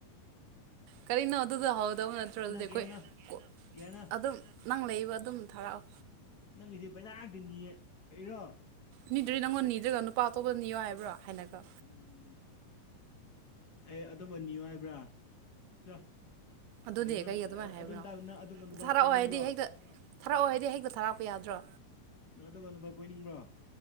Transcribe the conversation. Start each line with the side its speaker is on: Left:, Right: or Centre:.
Right: ꯀꯔꯤꯅꯣ ꯑꯗꯨꯗ ꯍꯧꯗꯕ ꯅꯠꯇ꯭ꯔꯣ ꯑꯗꯨꯗꯤ ꯑꯩꯈꯣꯏ
Left: ꯀꯌꯥꯅꯣ
Right: ꯀ
Left: ꯀꯤꯌꯥꯅ
Right: ꯑꯗꯨꯝ ꯅꯪ ꯂꯩꯕ ꯑꯗꯨꯝ ꯊꯥꯔꯛꯑꯣ
Left: ꯅꯪꯒꯤꯁꯦ ꯄꯩꯁꯥ ꯉꯥꯛꯇ ꯅꯤꯌꯦ ꯀꯔꯤꯔꯣ ꯍ
Right: ꯅꯤꯗ꯭ꯔꯗꯤ ꯅꯪꯉꯣꯟ ꯅꯤꯗ꯭ꯔꯥꯒ ꯅꯨꯄꯥ ꯑꯇꯣꯞꯄꯗ ꯅꯤꯌꯣ ꯍꯥꯏꯕ꯭ꯔꯣ ꯍꯥꯏꯅꯀꯣ
Left: ꯎꯝ ꯑꯦ ꯑꯗꯨꯝꯕ ꯅꯤꯌꯣ ꯍꯥꯏꯕ꯭ꯔꯥ ꯆꯣ
Right: ꯑꯗꯨꯗꯤ
Left: ꯑꯗ ꯅꯪ
Right: ꯀꯩꯒꯤ ꯑꯗꯨꯃꯥꯏꯅ ꯍꯥꯏꯕꯅꯣ
Left: ꯑꯗꯨ ꯇꯥꯕ ꯅꯪ ꯑꯇꯣꯞꯄ ꯅꯨꯄꯥ
Right: ꯊꯥꯔꯛꯑꯣ
Left: ꯀꯣꯏꯅꯤꯡꯕ꯭ꯔꯣ
Right: ꯍꯥꯏꯗꯤ ꯍꯦꯛꯇ ꯊꯥꯔꯛꯑꯣ ꯍꯥꯏꯗꯤ ꯍꯦꯛꯇ ꯊꯥꯔꯛꯄ ꯌꯥꯗ꯭ꯔꯣ
Left: ꯅꯪ ꯑꯗꯨꯝꯕ ꯅꯨꯄꯥ ꯀꯣꯏꯅꯤꯡꯕ꯭ꯔꯣ